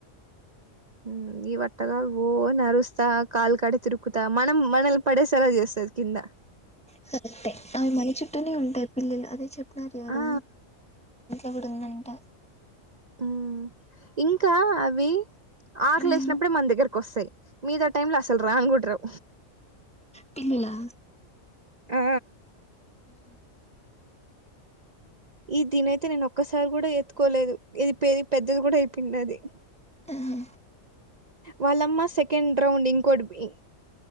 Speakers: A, on the right; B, in the centre.
A: ఉమ్ ఈ వట్ట కాదు ఓ అరుస్తా కాలు కడ తిరుకుతా మనం మనల్ని పడేసేలా చేస్తా కింద
B: కరెక్టే ఎ అవి మన చుట్టూనే ఉంటాయి పిల్లలు అదే చెప్తున్నారు ఎవరు
A: ఆ
B: ఎవరన్నా వింట
A: ఉమ్ ఇంకా అవి ఆకలి
B: మ్
A: వేసినప్పుడు ఏ మన దగ్గర వస్తాయి మీది ఆ టైమ్ లో అసలు రాను కూడ రావు
B: పిల్లులా
A: ఆ
B: ఉమ్ ఇంక
A: ఈ దీనియితే నేను ఒక్కసారి కూడా ఎత్తుకోలేదు ఇది పేరు పెద్దది కూడా అయిపోయింది అది
B: ఆహా
A: వాళ్ళమ్మ సెకెండ్ రౌండ్ ఇంకోటి పోయి